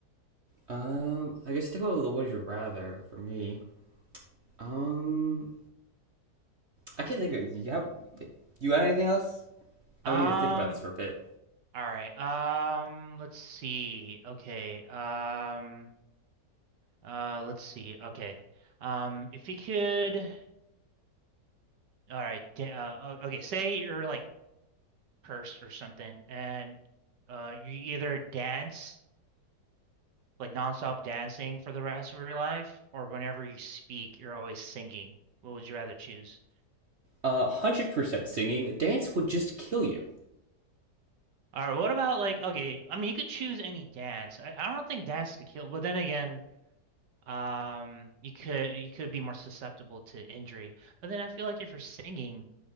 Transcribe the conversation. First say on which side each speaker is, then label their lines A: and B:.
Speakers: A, on the right (about 45°); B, on the right (about 80°).
A: Um, I guess stick with the Would You Rather for me. Um, I can't think of it. Do You have, do you got anything else?
B: Um
A: I'm gonna need to think about this for a bit.
B: all right. Um let's see. Okay. Um Uh, let's see. Okay. Um, if you could, all right. Da uh, o- okay. Say you're like cursed or something, and uh, you either dance like nonstop dancing for the rest of your life, or whenever you speak, you're always singing. What would you rather choose?
A: Uh, 100% singing, dance would just kill you.
B: All right. What about like okay? I mean, you could choose any dance. I, I don't think dance could kill, but then again, um, you could you could be more susceptible to injury. But then I feel like if you're singing,